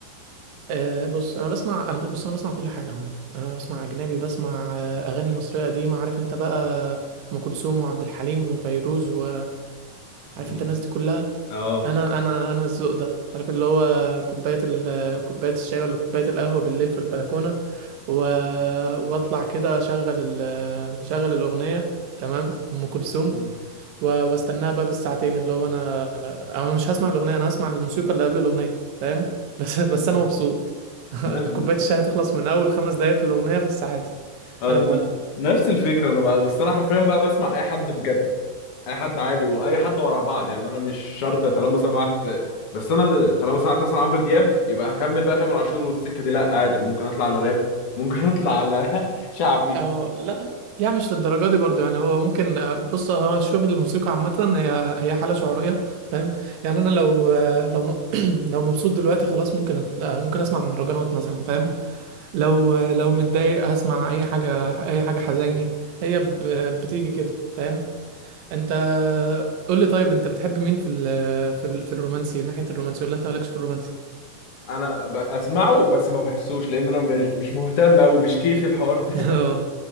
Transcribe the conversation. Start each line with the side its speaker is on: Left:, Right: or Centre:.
Right: أه بص انا بسمع انا بص انا بسمع كل حاجه عامه انا بسمع اجنبي بسمع آه، اغاني مصريه قديمه عارف انت بقى ام كلثوم وعبد الحليم وفيروز و
Left: مم.
Right: عارف انت الناس دي كلها
Left: اه
Right: انا انا انا الذوق ده عارف اللي هو كوبايه ال... كوبايه الشاي ولا كوبايه القهوه بالليل في البلكونه و... واطلع كده اشغل ال... اشغل الاغنيه تمام ام كلثوم
Left: مم.
Right: و- واستناها بقى بالساعتين اللي هو انا انا مش هسمع الاغنيه انا هسمع الموسيقى اللي قبل الاغنيه فاهم بس <laughs> بس
Left: مم.
Right: انا مبسوط <laughs>
Left: نف-
Right: كوبايه الشاي هتخلص من اول خمس دقايق في الاغنيه بس عادي
Left: آه،
Right: انا
Left: ن-
Right: موافق
Left: نفس الفكره انا بقى بس انا حرفيا بقى بسمع اي حد بجد اي حد عادي واي حد ورا بعض يعني انا مش شرط طالما سمعت بس انا اللي- طالما سمعت مثلا عمرو دياب يبقى هكمل بقى تامر عاشور والسكه دي لا عادي ممكن اطلع على راب ممكن اطلع على <laughs> شعبي
Right: اه لا يعني مش للدرجه دي برضو يعني هو ممكن آه، بص هو شوف الموسيقى عامه هي هي حاله شعوريه فاهم يعني انا لو آه، لو م- <clears throat> لو مبسوط دلوقتي خلاص ممكن أت- آه، ممكن اسمع مهرجانات مثلا فاهم لو آه، لو متضايق هسمع اي حاجه اي حاجه حزيني هي ب- بتيجي كده فاهم انت قول لي طيب انت بتحب مين في ال في ال في الرومانسي ناحية الرومانسي ولا انت مالكش في الرومانسي
Left: انا ب- اسمعه بس ما بحسوش لان انا مش مش مهتم قوي مش كيفي الحوار ده
Right: <laughs> اه